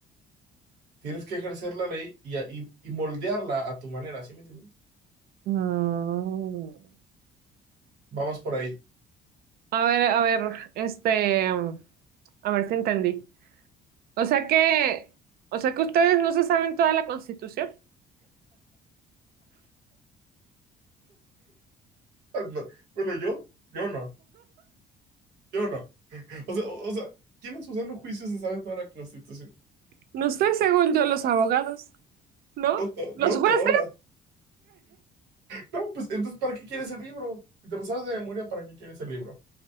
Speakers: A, on the right; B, on the right.
A: Tienes que ejercer la ley y, y- y moldearla a tu manera, ¿sí me entiendes?
B: Mm.
A: Vamos por ahí. <laughs>
B: A ver, a ver, este, a ver si entendí. O sea que, o sea que ustedes no se saben toda la Constitución.
A: no. Bueno, yo, yo no, yo no. <laughs> O sea, o, o sea, ¿quién en su sano juicio se sabe toda la Constitución?
B: No sé, según yo, los abogados, ¿no?
A: No, to-
B: Los
A: no
B: jueces,
A: toda. No, pues entonces, ¿para qué quieres el libro? Si te lo sabes de memoria, ¿para qué quieres el libro?